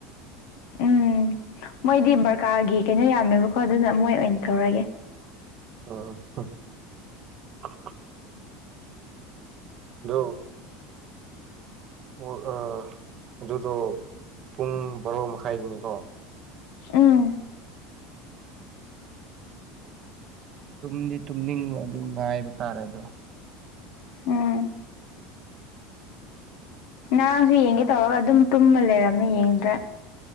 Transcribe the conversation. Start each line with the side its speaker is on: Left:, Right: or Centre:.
Left: ꯎꯝ ꯃꯣꯏꯗꯤ ꯕꯔꯀꯥꯔꯒꯤ ꯀꯩꯅꯣ ꯌꯥꯝꯃꯦꯕꯀꯣ ꯑꯗꯨꯅ ꯃꯣꯏ ꯑꯣꯏꯅ ꯇꯧꯔꯒꯦ
Right: ꯑ ꯅꯣ ꯑꯣ ꯑꯥ ꯑꯗꯨꯗꯣ ꯄꯨꯡ ꯕꯔꯣ ꯃꯈꯥꯏꯅꯤꯀꯣ
Left: ꯎꯝ
Right: ꯇꯨꯝꯗꯤ ꯇꯨꯝꯅꯤꯡꯕ ꯑꯗꯨ ꯉꯥꯏꯕ ꯇꯥꯔꯦ ꯑꯗꯣ
Left: ꯎꯝ ꯅꯔꯥꯁꯨ ꯌꯦꯡꯒꯦ ꯇꯧꯔꯒ ꯑꯗꯨꯝ ꯇꯨꯝꯃ ꯂꯩꯔꯝꯃꯦ ꯌꯦꯡꯗ꯭ꯔꯦ